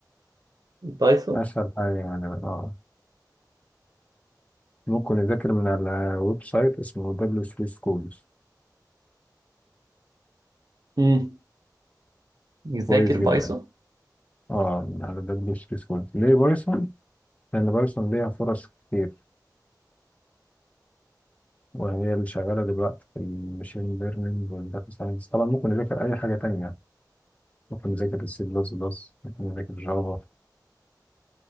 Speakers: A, on the right; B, on the left.
A: البايثون
B: أسهل حاجة يعني آه ممكن يذاكر من على ويب سايت اسمه دبليو 3 سكولز
A: امم يذاكر
B: كويس
A: بايثون
B: جدا اه من على دبليو 3 سكولز ليه بايثون؟ لأن بايثون ليها فرص كتير وهي اللي شغالة دلوقتي في المشين ليرنينج والداتا ساينس طبعا ممكن يذاكر أي حاجة تانية ممكن يذاكر السي بلس بلس ممكن يذاكر جافا